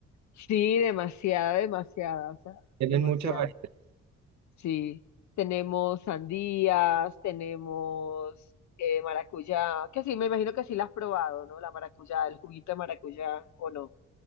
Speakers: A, on the left; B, on the right.
A: Sí, demasiada, demasiada, o sea,
B: Tienen
A: demasiado.
B: mucha variedad.
A: Sí, tenemos sandías, tenemos eh, maracuyá, que sí, me imagino que sí la has probado, ¿no? La maracuyá, el juguito de maracuyá, ¿o no?